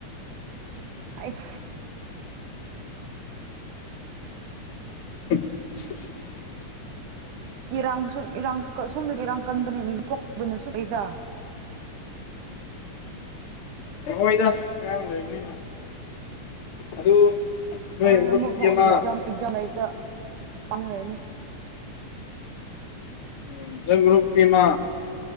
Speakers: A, on the right; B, on the left.
A: ꯑꯩꯁ
B: <unintelligible>
A: ꯏꯔꯥꯡꯁꯨ ꯏꯔꯥꯡꯁꯨ ꯁꯣꯝꯗꯗꯤ ꯏꯔꯥꯡ ꯀꯟꯕꯅ ꯏꯊꯣꯛꯄꯅꯁꯨ ꯀꯩꯗ
B: ꯍ ꯍꯣꯏꯗ ꯏꯔꯥꯡ ꯂꯩꯕꯅꯤꯅ ꯑꯗꯨ ꯅꯣꯏ
A: ꯍꯣꯔꯦꯟ
B: ꯃꯔꯨꯞ
A: ꯑꯃꯨꯛ
B: ꯅꯨꯄꯤ
A: ꯊꯣꯛꯂꯒ
B: ꯑꯝꯃ
A: ꯑꯦꯛꯖꯥꯝ ꯑꯦꯛꯖꯥꯝ ꯂꯩꯔꯤꯗ ꯄꯥꯜ ꯂꯩꯅꯤ
B: ꯎꯝ ꯅꯣꯏ ꯃꯔꯨꯞꯅꯨꯄꯤꯃꯥ